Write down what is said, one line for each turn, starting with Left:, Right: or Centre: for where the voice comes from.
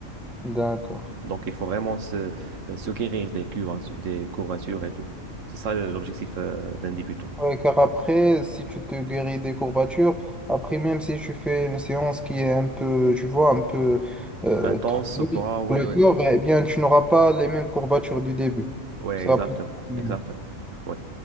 Centre: D'accord.
Right: Donc, il faut vraiment se, se guérir des curvatures, des courbatures et tout. C'est ça l'objectif euh, d'un débutant.
Centre: Ouais, car après, si tu te guéris des courbatures, après, même si tu fais une séance qui est un peu, tu vois, un peu euh,
Right: Intense
Centre: trop longue
Right: au quoi? Ouais,
Centre: pour le
Right: ouais.
Centre: corps, eh bien, tu n'auras pas les mêmes courbatures du début.
Right: Ouais,
Centre: Ça,
Right: exactement.
Centre: ouais.
Right: Exactement. Ouais.